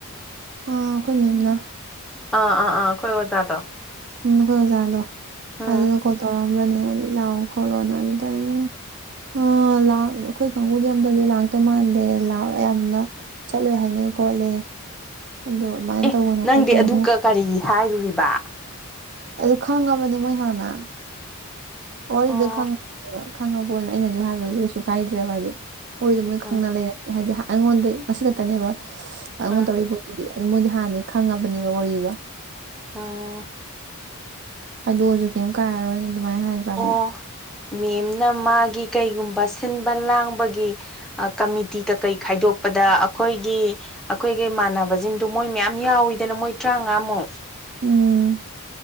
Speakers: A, on the right (about 50°); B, in the centre.
A: ꯑ ꯑꯩꯈꯣꯏ ꯃꯦꯝꯅ
B: ꯑꯥ ꯑꯥ ꯑꯥ ꯑꯈꯣꯏ ꯑꯣꯖꯥꯗꯣ
A: ꯎꯝ ꯑꯈꯣꯏ ꯑꯣꯖꯥꯗꯣ
B: ꯎꯝ
A: ꯑꯗꯨꯅ ꯀꯣꯜ ꯇꯧꯔꯛꯑꯃꯕꯅꯦ ꯑꯗꯨꯗꯤ ꯂꯥꯛꯑꯣ ꯈꯣꯠꯂꯣꯅ ꯑꯗꯨꯗ ꯑꯩꯅ ꯑ ꯂꯥꯛ ꯑꯩꯈꯣꯏ ꯀꯥꯡꯒꯨꯗꯤ ꯑꯝꯇꯗꯤ ꯂꯥꯛꯇꯣ ꯃꯥꯟꯗꯦ ꯂꯥꯛꯑꯣꯏ ꯌꯥꯝꯅ ꯆꯠꯂꯣꯏ ꯍꯥꯏꯅꯩ ꯈꯣꯠꯂꯦ ꯑꯗꯣ ꯑꯗꯨꯃꯥꯏꯅ
B: ꯑꯦ
A: ꯇꯧꯒꯅꯨ
B: ꯅꯪꯗꯤ
A: ꯈꯣꯠꯀꯅꯨ
B: ꯑꯗꯨ ꯀ ꯀꯔꯤ ꯍꯥꯏꯔꯨꯔꯤꯕ
A: ꯑꯗꯨ ꯈꯪꯉꯕꯅꯦ ꯃꯣꯏ ꯍꯥꯟꯅ ꯋꯥꯔꯤꯗ‌ꯣ
B: ꯑꯣ
A: ꯈꯪ <unintelligible> ꯈꯪꯉꯕꯣꯅ ꯑꯩꯅ ꯑꯗꯨ ꯍꯥꯏꯕꯗꯨꯁꯨ ꯀꯩꯁꯨ ꯀꯥꯏꯗ꯭ꯔꯦꯕ ꯍꯥꯏꯗꯤ ꯋꯥꯔꯤꯗꯨ ꯃꯣꯏ
B: ꯎꯝ
A: ꯈꯪꯅ ꯂꯩꯔ ꯍꯥꯏꯗꯤ ꯑꯩꯉꯣꯟꯗ ꯑꯁꯤ ꯈꯛꯇꯅꯦꯕ ꯑꯉꯣꯟ
B: ꯎꯝ
A: ꯇꯧꯔꯤ ꯄꯣꯠꯇꯨꯗꯤ ꯑꯗꯨ ꯃꯣꯏꯗꯤ ꯍꯥꯟꯗꯩ ꯈꯪꯉꯕꯅꯦꯕ ꯋꯥꯔꯤꯗꯣ
B: ꯎꯝ
A: ꯍꯥꯏꯗꯣꯛ ꯑꯖꯨ ꯀꯩꯝ ꯀꯥꯏꯔꯔꯣꯏꯅ ꯑꯗꯨꯃꯥꯏꯅ ꯍꯥꯏꯒ꯭ꯔꯝꯅꯤ
B: ꯑꯣ ꯃꯦꯝꯅ ꯃꯥꯒꯤ ꯀꯩꯒꯨꯝꯕ ꯁꯤꯟꯕ ꯂꯥꯡꯕꯒꯤ ꯑ ꯀꯃꯤꯇꯤ ꯀꯩꯀꯩ ꯈꯥꯏꯗꯣꯛꯄꯗ ꯑꯩꯈꯣꯏꯒꯤ ꯑꯩꯈꯣꯏꯒꯤ ꯃꯥꯟꯅꯕꯁꯤꯡꯗꯨ ꯃꯣꯏ ꯃꯌꯥꯝ ꯌꯥꯎꯋꯤꯗꯅ ꯃꯣꯏ ꯇꯔꯥꯉꯥꯃꯨꯛ
A: ꯎꯝ